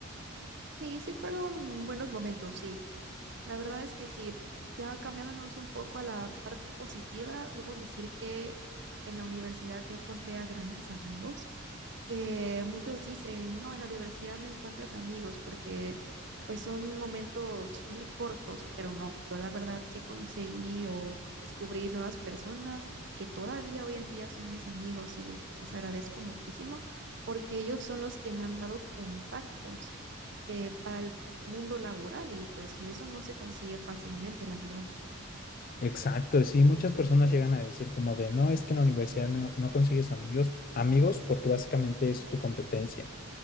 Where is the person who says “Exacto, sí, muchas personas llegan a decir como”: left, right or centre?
Left